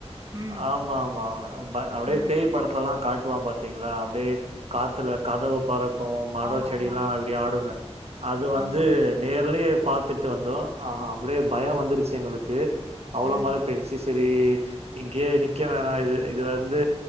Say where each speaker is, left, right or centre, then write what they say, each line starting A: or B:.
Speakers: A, on the right (about 30°); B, on the right (about 65°).
A: ம்
B: ஆமாமா அப்டியே
A: ம்
B: பேய் படத்தலல்லா காட்டுவான் பாத்தீங்ளா அப்டியே காத்துல கதவு பறக்கு மரோ
A: ஆமா
B: செடியெல்லா
A: ஆமா
B: அப்டியே ஆடுனு அது வந்து
A: ஆமா
B: நேர்லயே பாத்துட்டு வந்தோ ஆ அப்டியே பயோ வந்துருச்சு எங்களுக்கு பே அவ்ளோ
A: ஆ
B: மழை பேன்சுச்சு செரி இங்கியே நிக்க வேணா இது இது வந்து